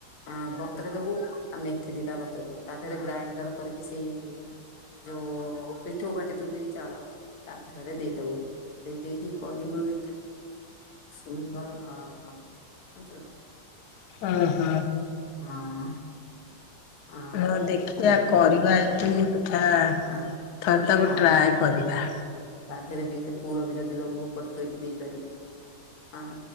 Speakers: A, on the left (about 90°); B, on the left (about 65°).
A: ଅଁ ବତୁରେଇ ଦୋବୁ ଆଉ ମେଥି ଦିଇଟା ବତୁରେଇ ଦୋବୁ ତା ଦେହେରେ ଗ୍ରାଇଣ୍ଡର କରିକି ସେଇ ଯୋଉ ପିଠୋଉ ବାଟିଥିବୁ ବିରି ଚାଉଳ ତା ଦେହରେ ଦେଇଦୋବୁ। ଦେଇ ଦେଇକି କରିବୁ ଇଟିଲି ସୁନ୍ଦର ନରମ ହବ ଜାଣିଚୁ ନା।
B: ଅଁହଁ।
A: ହଁ। ଆଉ
B: ହଁ ଦେଖିଆ
A: ହଁ
B: କରିବା ଇଟିଲି ପିଠା ଥରେ
A: ଆ
B: ତାକୁ
A: ଆଉ
B: ଟ୍ରାଏ କରିବା।
A: ତା ଦେହେରେ ବିରି ପୁର ବି ଯଦି ଦୋବୁ ଓପୋରେ ଥୋଇକି ଦେଇପାରିବୁ ଆ